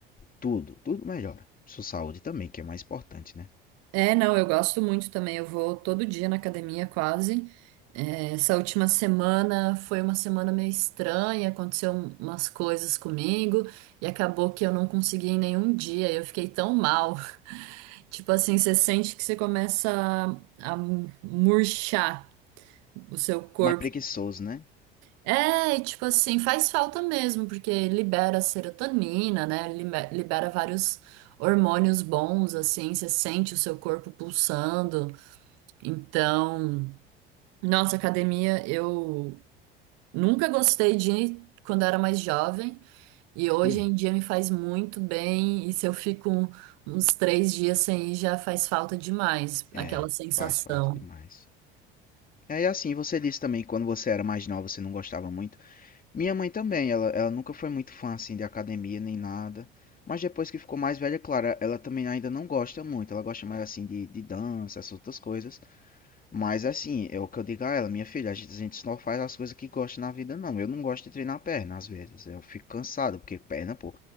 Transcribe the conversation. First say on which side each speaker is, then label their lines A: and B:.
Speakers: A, on the left; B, on the right.
A: Tudo, tudo melhora. Sua saúde também, que é mais importante, né?
B: É, não, eu gosto muito também. Eu vou todo dia na academia, quase. É, essa última semana foi uma semana meio estranha, aconteceu um- umas coisas comigo e acabou que eu não consegui em nenhum dia. Eu fiquei tão mal. <laughs> Tipo assim, você sente que você começa a, a murchar o seu corpo
A: Mais preguiçoso, né?
B: É, e tipo assim, faz falta mesmo, porque libera serotonina, né? Lime- Libera vários hormônios bons, assim, você sente o seu corpo pulsando. Então, nossa, academia, eu nunca gostei de ir quando era mais jovem, e hoje
A: Hum,
B: em dia me faz muito bem, e se eu fico um- uns três dias sem ir, já faz falta demais,
A: é,
B: aquela sensação.
A: faz falta demais. É, e assim, você disse também que quando você era mais nova você não gostava muito. Minha mãe também, ela, ela nunca foi muito fã assim de academia nem nada. Mas depois que ficou mais velha, é claro, ela também ainda não gosta muito. Ela gosta mais assim de, de dança, essas outras coisas. Mas assim, é o que eu digo a ela, minha filha, a gente a gente só faz as coisas que gosta na vida, não. Eu não gosto de treinar perna às vezes. Eu fico cansado, porque perna, pô,